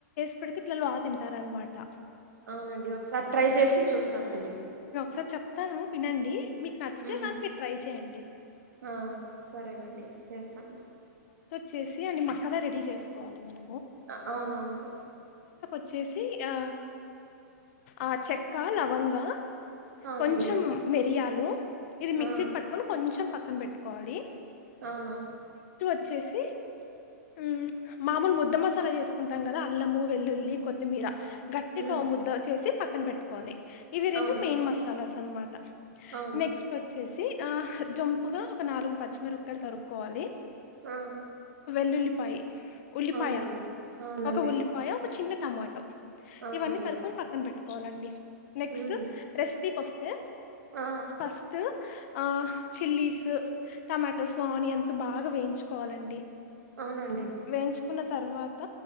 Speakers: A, on the left; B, on the right.
A: ఇప్పుడు అయితే పిల్లలు ఆ తింటారన్నమాట
B: అవునండి ఒకసారి ట్రై చేసి చూస్తానండి
A: సార్ చెప్తాను వినండి మీకు నచ్చితే
B: ఉమ్
A: కానీ మీరు ట్రై చేయండి
B: ఆ సరేనండి చేస్తాను
A: చేసి అని మక్కలా రెడీ చేసుకోవాలి మనం
B: అవునవును
A: వచ్చేసి ఆ ఆ చెక్క లవంగా
B: అవునండి
A: కొంచెం మిరియాలు ఇది మిక్సీ
B: ఆ
A: క పట్టుకొని కొంచెం పక్కన పెట్టుకోవాలి
B: అవును
A: వచ్చేసి ఉ మామూలు ముద్ద మసాలా చేసుకుంటాం కదా అల్లము వెల్లుల్లి కొత్తిమీర గట్టిగా
B: ఉమ్
A: ముద్ద చేసి పక్కన పెట్టుకోవాలి ఇవి రెండు
B: అవును
A: మెయిన్ మసాలాస్ అనమాట
B: అవును
A: నెక్స్ట్ వచ్చేసి ఆ జంపుగా ఒక నాలుగు పచ్చిమిరపక్కయలు తరుక్కోవాలి
B: ఆ
A: ఉల్లు ఉల్లిపాయ ఉల్లిపాయ
B: అవునండి అవునండి
A: ఒక ఉల్లిపాయ ఒక చిన్న టమాటో
B: అవునండి
A: ఇవన్నీ తరుకొని పక్కన పెట్టుకోవాలండి నెక్స్ట్
B: ఉమ్
A: రెసిపీకి వస్తే
B: ఆ
A: ఫస్ట్ ఆ చిల్లీస్ టొమాటోస్ ఆనియన్స్ బాగా వేయించుకోవాలండి
B: అవునండి
A: వేయించుకున్న తర్వాత